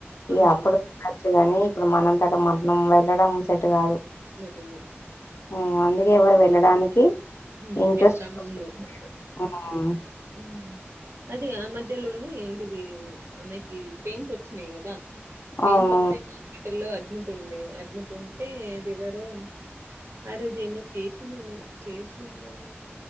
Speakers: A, on the left; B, on the right.
A: ఇక
B: అవును
A: అప్పుడు వెళ్ళొచ్చు గాని ఇప్పుడు మనంతట మన మనం వెళ్ళడం సెట్ కాదు
B: అవును
A: ఉమ్ అందుకే ఎవరు వెళ్ళడానికి
B: ఉమ్
A: ఇంట్రెస్ట్
B: వెనక
A: చూపిస్తలేరు.
B: ముందు
A: హ్మ్.
B: ఉమ్ అది ఆ మధ్యలోనే ఏంటిది ఆమెకి పెయిన్స్ వచ్చినాయి కదా? పెయిన్స్
A: అవును.
B: వస్తే ఇక హాస్పిటల్లో అడ్మిట్ ఉండే అడ్మిట్ ఉంటే అది ఎవరో ఆ రోజు ఏమో చేసింది చేసిందా రోజు